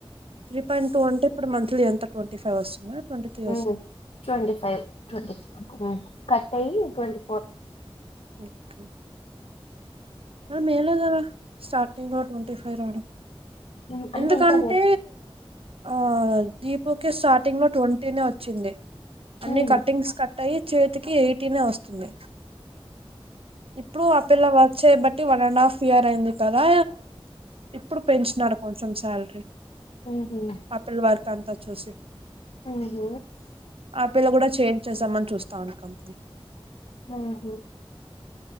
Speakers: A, on the right (about 70°); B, on the left (about 75°).
A: త్రీ పాయింట్ టూ అంటే ఇప్పుడు మంత్లీ ఎంత ట్వంటీ ఫైవ్ వస్తుందా ట్వంటీ త్రీ
B: ఊ
A: వస్తుందా
B: ట్వంటి ఫైవ్ ఉ కట్ అయ్యి ట్వంటీ ఫోర్
A: ఓకే మరి మే లో గదా స్టార్టింగ్ లో ట్వంటీ ఫైవ్ రావడం
B: ఉమ్ అంటే
A: ఎందుకంటే
B: ఇంకా బె-
A: ఆ దీపుకి స్టార్టింగ్ లో ట్వంటీనే వచ్చింది అన్ని
B: ఉమ్
A: కటింగ్స్ కట్ టై చేతికి ఎయిటీనే వస్తుంది ఇప్పుడు ఆ పిల్ల చెయ్ బట్ ట్టి వన్ అండ్ హాఫ్ ఇయర్ అయింది కదా ఇప్పుడు పెంచినారు కొంచెం శాలరీ
B: ఉమ్, ఉహు
A: ఆ పిల్ల వర్క్ అంతా చూసి
B: ఉహు
A: ఆ పిల్ల కూడా చేజ్ చేసామని చూస్తాంది కంపనీ
B: ఆహ